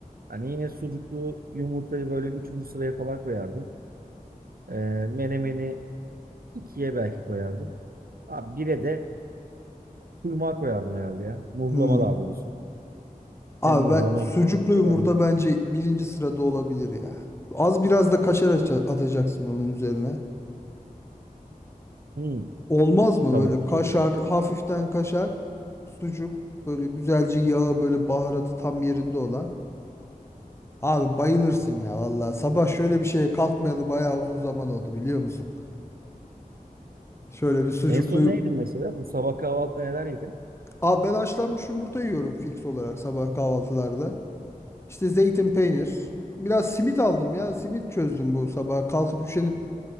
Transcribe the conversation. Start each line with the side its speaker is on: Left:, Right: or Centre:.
Right: Hani yine sucuklu yumurtayı böyle üçüncü sıraya falan koyardım. Ee, menemeni ikiye belki koyardım. Abi bire de kuymağı koyardım herhalde ya. Muhlama
Left: hmm.
Right: daha doğrusu.
Left: Abi
Right: Hem muhlama
Left: ben
Right: hem
Left: sucuklu
Right: kuymak
Left: yumurta
Right: var ya.
Left: bence birinci sırada olabilir ya. Az biraz da kaşar aça- atacaksın onun üzerine.
Right: Hmm,
Left: Olmaz mı
Right: tabii
Left: böyle
Right: ama
Left: kaşar,
Right: çok güzel.
Left: hafiften kaşar, sucuk, böyle güzelce yağı, böyle baharatı tam yerinde olan. Abi bayılırsın ya valla. Sabah şöyle bir şeye kalkmayalı bayağı uzun zaman oldu biliyor musun? Şöyle bir sucuklu.
Right: En son ne yedin mesela? Bu sabah kahvaltıda neler yedin?
Left: Abi ben haşlanmış yumurta yiyorum fix olarak sabah kahvaltılarda. İşte zeytin peynir. Biraz simit aldım ya. Simit çözdüm bu sabah. Kalkıp üşenip